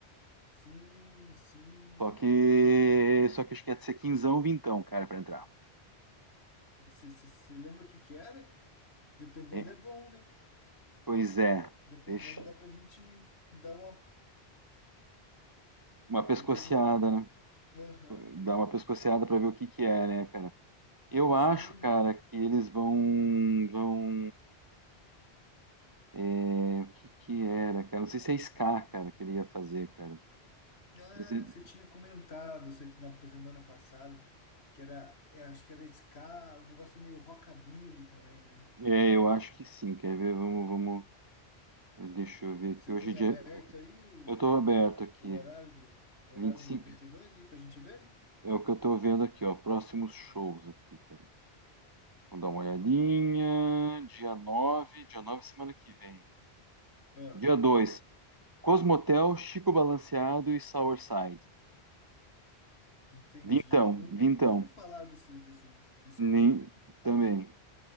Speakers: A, on the left; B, on the right.
A: Sim, sim.
B: Só que.
A: Eu vou.
B: Só que acho que ia ser quinzão, vintão, cara, pra entrar.
A: Você lembra o que que era? Dependendo
B: É.
A: é bom, né?
B: Pois é.
A: Dependendo
B: Deixa.
A: dá pra gente dar uma.
B: Uma pescoceada,
A: Depois eu vou dar.
B: né?
A: Aham,
B: Dá uma pescoceada pra ver o que que é, né, cara? Eu
A: sim.
B: acho, cara, que eles vão. Vão. é, O que que era, cara? Não sei se é Ska, cara, que ele ia fazer, cara.
A: Ah,
B: Não sei se-
A: você tinha comentado cê- na semana passada que era. é, acho que era ska, um negócio meio rockabilly também, né?
B: É, é, eu acho que sim. Quer ver? Vamos, vamos. Deixa eu ver
A: Você
B: aqui. Hoje
A: tem
B: em dia.
A: aberto aí o,
B: Eu tô aberto aqui.
A: o horário do, o horário
B: Vinte e cinco.
A: do 92 aí pra gente ver?
B: É o que eu tô vendo aqui, ó. Próximos shows aqui, cara. Vamos dar uma olhadinha. Dia nove, dia nove semana que vem.
A: Ah,
B: Dia 2. Cosmotel, Chico Balanceado e Sourside.
A: Entendi.
B: Vintão,
A: Nu-
B: vintão.
A: Nunca ouvi falar desse, desse, desse povo
B: Nem
A: aí.
B: também.